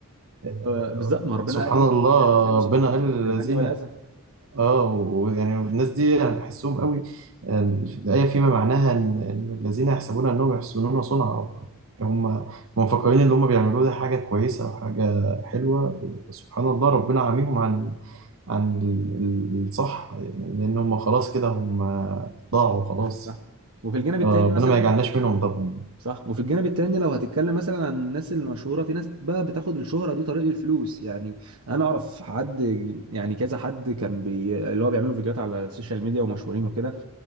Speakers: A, on the right; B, on the right.
A: آه،
B: آه، بالظبط ما ربنا
A: سبحان
B: قال إيه
A: الله
B: لا تزهبوا صدقاتكم
A: ربنا قال للذين
B: بالمن والأذى
A: اه ويعني الناس دي يعني بحسهم قوي آه، الآية فيما معناها إن إن الذين يحسبون أنهم يحسنون صنعا هم هم مفكرين اللي هم بيعملوه ده حاجة كويسة وحاجة حلوة سبحان الله ربنا عاميهم عن عن ال- الصح يعني لأن هم خلاص كده هم ضاعوا خلاص
B: صح وفي الجانب الثاني
A: آه، ربنا
B: مثلا
A: ما يجعلناش منهم طبعا
B: صح وفي الجانب التاني لو هتتكلم مثلا عن الناس المشهوره في ناس بقى بتاخد الشهره دي طريق الفلوس يعني انا اعرف حد يعني كذا حد كان بي... اللي هو بيعملوا فيديوهات على السوشيال ميديا ومشهورين وكده